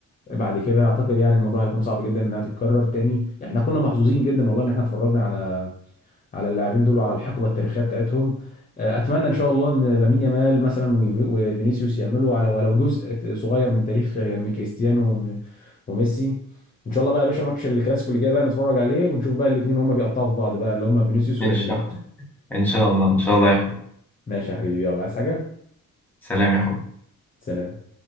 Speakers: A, on the left (about 25°); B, in the centre.
A: بعد كده أعتقد يعني الموضوع هيكون صعب جدا إنها تتكرر تاني إحنا كنا محظوظين جدا والله إن إحنا اتفرجنا على على اللاعبين دول وعلى الحقبة التاريخية بتاعتهم آه، أتمنى إن شاء الله إن لامين يامال مثلا وفي- وفينيسيوس يعملوا على ولو جزء صغير من تاريخ آه، كريستيانو وميسي ان شاء الله بقى يا باشا ماتش الكلاسيكو اللي جاي بقى نتفرج عليه ونشوف بقى الاثنين هما بيقطعوا في بعض بقى اللي هما فينيسيوس
B: ماشي
A: ولامين
B: يا أحمد. ان شاء الله ان شاء الله يا اخوي
A: <laughs> ماشي يا حبيبي يلا عايز حاجة
B: سلام يا اخوي
A: سلام